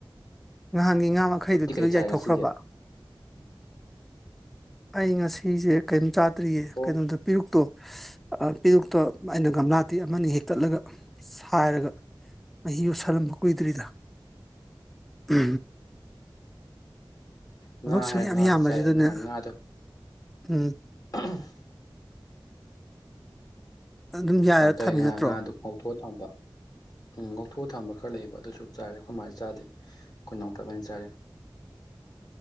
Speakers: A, in the centre; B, on the left (about 50°).
A: ꯅꯍꯥꯟꯒꯤ ꯉꯥ ꯃꯈꯩꯗꯨꯗꯤ
B: ꯅꯣꯏꯗꯤ ꯀꯩ
A: ꯂꯣꯏ
B: ꯆꯥꯏ
A: ꯌꯥꯏꯊꯣꯛꯈ꯭ꯔꯕ
B: ꯉꯁꯤꯒꯤ
A: ꯑꯩ ꯉꯁꯤꯁꯦ ꯀꯔꯤꯝ ꯆꯥꯗ꯭ꯔꯤꯌꯦ
B: ꯑꯣ
A: ꯀꯩꯅꯣꯝꯇ ꯄꯤꯔꯨꯛꯇꯣ ꯄꯦꯔꯨꯛꯇ ꯑꯩꯅ ꯒꯝꯂꯥꯗꯤ ꯑꯃꯅꯤ ꯍꯦꯛꯛꯇꯠꯂꯒ ꯁꯥꯏꯔꯒ ꯃꯍ ꯌꯣꯠ ꯁꯥꯜꯂꯝꯕ ꯀꯨꯏꯗ꯭ꯔꯤꯗ ꯎ
B: ꯉꯥ
A: ꯁꯨꯝ
B: ꯍꯥꯏꯔꯒ
A: ꯌꯥꯝ
B: ꯉꯥꯁꯨ
A: ꯌꯥꯝꯕꯁꯤꯗꯅꯦ
B: ꯆꯥꯏ ꯅꯍꯥꯟ ꯉꯥꯗꯣ
A: ꯎꯝ
B: ꯑ <unintelligible> <inaudible>
A: ꯑꯗꯨꯝ ꯌꯥꯏꯔ
B: ꯀꯃꯥꯏ
A: ꯊꯝꯃꯤ
B: ꯇꯧꯋꯤ ꯉꯥ
A: ꯅꯠꯇ꯭ꯔꯣ
B: ꯉꯥꯗꯨ ꯉꯧꯊꯣꯛꯑ ꯊꯝꯕꯥ ꯎꯝ ꯂꯧꯊꯣꯛꯑ ꯊꯝꯕ ꯈꯔ ꯂꯩꯌꯦꯕ ꯑꯗꯨꯁꯨ ꯆꯥꯔꯦ ꯑꯩꯈꯣꯏꯃꯥꯏꯅ ꯆꯥꯗꯦ ꯑꯩꯈꯣꯏ ꯃ ꯀꯃꯥꯏꯅ ꯆꯥꯔꯦ